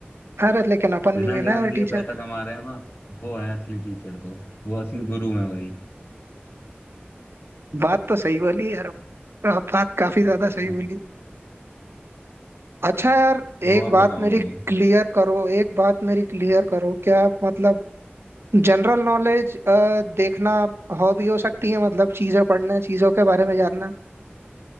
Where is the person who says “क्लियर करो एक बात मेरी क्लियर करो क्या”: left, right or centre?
Right